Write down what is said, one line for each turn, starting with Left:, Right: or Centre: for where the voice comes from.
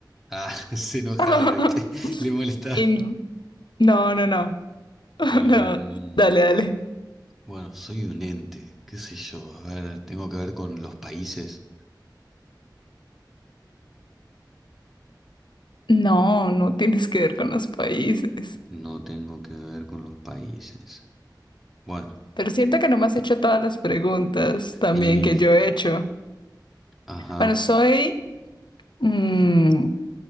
Centre: Ah, <laughs> se enojaba,
Left: <laughs>
Centre: ¿viste? <laughs> Le molestaba.
Left: Y no, no, no, no, <laughs>
Centre: Em,
Left: no, dale, dale.
Centre: bueno, soy un ente, qué sé yo. A ver, tengo que ver con los países.
Left: No, no tienes que ver con los países.
Centre: No tengo que ver con los países. Bueno,
Left: Pero siento que no me has hecho todas las preguntas también
Centre: y...
Left: que yo he hecho.
Centre: Ajá,
Left: Bueno, soy... mm,